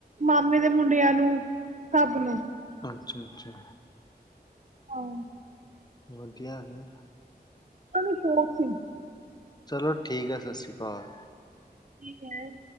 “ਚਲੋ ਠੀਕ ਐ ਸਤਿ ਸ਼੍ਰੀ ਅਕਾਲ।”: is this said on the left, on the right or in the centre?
Left